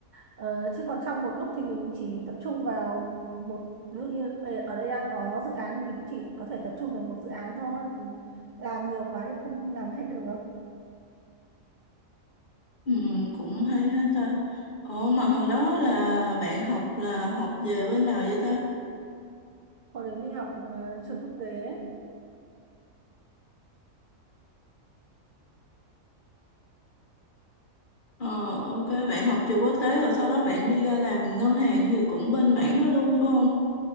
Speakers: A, on the right; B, on the left.
A: ờ, chứ còn trong một lúc thì mình chỉ tập trung vào một ví dụ như ờ, ở đây đang có dự án thì mình cũng chỉ có thể tập trung được một dự án thôi mình làm nhiều quá thì không làm hết được
B: Ừ, cũng hay ha ta. Ồ mà hồi đó là bạn học là học về bên nào vậy ta?
A: hồi đấy mình học ờ, trường quốc tế ấy.
B: Ờ, ok, bạn học trường quốc tế rồi sau đó bạn đi ra làm ngân hàng thì cũng bên mảng đó luôn phải không?